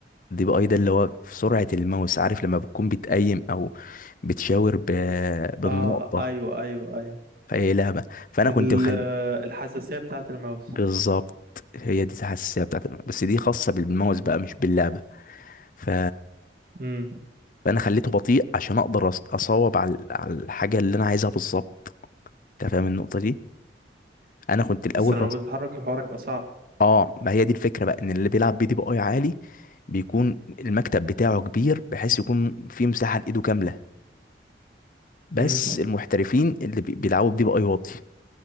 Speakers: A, on the left (about 50°); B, on the right (about 55°).
A: دي بقى ده اللي هو في سرعه الماوس عارف لما بتكون بتقيم او بتشاور ب... بالنقطه
B: اه ايوه ايوه ايوه
A: في اي لعبه فانا
B: ال-
A: كنت بخلي
B: الحساسية بتاعة الماوس
A: بالظبط هي دي الحساسيه بتاعت الماوس بس دي خاصه بالماوس بقى مش باللعبه ف...
B: امم
A: فانا خليته بطيء عشان اقدر أص- اصوب على على الحاجه اللي انا عايزها بالظبط انت فاهم النقطه دي انا كنت الاول
B: بس لو بتتحرك الحوار هيبقى صعب
A: اه ما هي دي الفكره بقى ان اللي بيلعب بي دي بي اي عالي بيكون المكتب بتاعه كبير بحيث يكون فيه مساحه لايده كامله بس
B: امم
A: المحترفين اللي بي- بيلعبوا بدي بي اي واطي